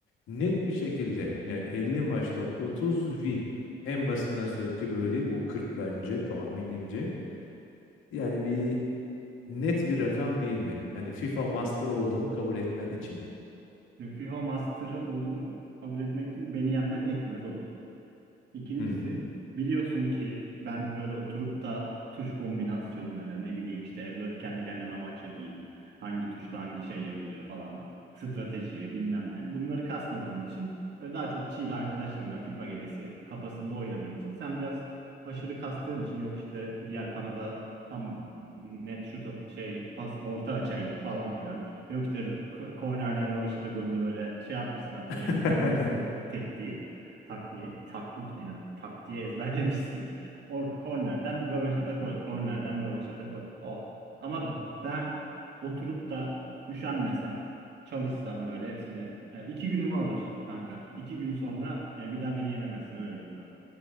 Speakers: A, on the left (about 85°); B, on the right (about 60°).
A: Net bir şekilde yani 50 maçta 30 win en basitinden söyleyeyim ki böyle değil o 40 bence tahminimce. Yani bir net bir rakam değil mi? Hani FIFA Master olduğumu kabul etmen için.
B: Nüfiho Master'ı olduğunu kabul etmek için beni yenmen yetmez o bir. İkincisi
A: Hı hı.
B: biliyorsun ki ben böyle oturup da tuş kombinasyonları ne bileyim işte evde kendi kendime maç yapayım. Hangi tuşla hangi şey yapılıyor falan. Strateji bilmem ne. Bunları kasmadığım için böyle daha çok chill arkadaşlarımla FIFA gecesi kafasında oynadığım için sen biraz aşırı kastığın için yok işte diğer kanada tam net şut at- şey pas orta açayım falan filan. Yok işte k- kornerden rövaşata golünü böyle şey yapmışsın artık
A: <laughs>
B: böyle ezberlemişsin tekniği. Takviye, taknik ne ya? Taktiği ezberlemişsin. Or kornerden rövaşata gol. Kornerden rövaşata gol. Oh. Ama ben oturup da üşenmesem, çalışsam böyle hepsini yani iki günümü alır kanka. İki gün sonra yani bir daha beni yenemezsin öyle diyeyim sana.